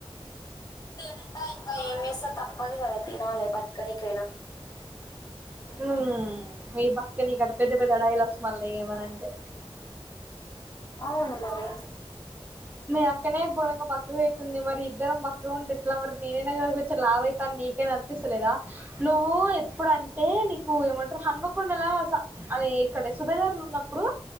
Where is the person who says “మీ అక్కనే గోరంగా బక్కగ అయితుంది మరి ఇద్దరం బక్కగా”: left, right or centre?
Right